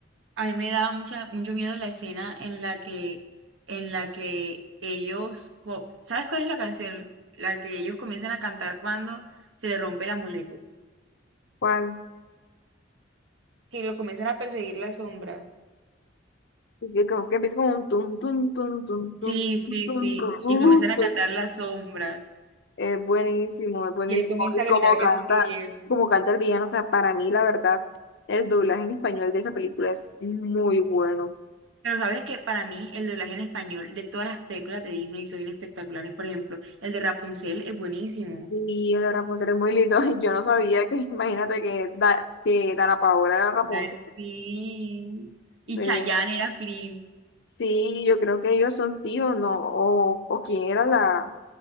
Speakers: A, on the right; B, on the left.
A: A mí me daba mucha, mucho miedo la escena en la que, en la que ellos, co- ¿sabes cuál es la canción? La que ellos comienzan a cantar cuando se le rompe el amuleto,
B: ¿Cuál?
A: que lo comienzan a perseguir las sombras.
B: Que, como que empieza como un tum, tum, tum, tum, tum,
A: Sí, sí,
B: tum,
A: sí,
B: tum, tum, uh,
A: y comienzan a
B: tum.
A: cantar las sombras,
B: Es buenísimo, es buenísimo.
A: y él comienza
B: Y
A: a gritar
B: como canta,
A: que no se lo lleven.
B: como canta el villano, o sea, para mí la verdad, el doblaje en español de esa película es muy bueno.
A: Pero sabes que para mí el doblaje en español de todas las películas de Disney son espectaculares, por ejemplo, el de Rapunzel es buenísimo.
B: Y el de Rapunzel es muy lindo. <laughs> Yo no sabía que, imagínate que, da, que Dana Paola era Rapunzel.
A: Claro, Sí. Y
B: Eh,
A: Chayanne era Flynn,
B: sí, yo creo que ellos son tíos, ¿no? O, o quién era la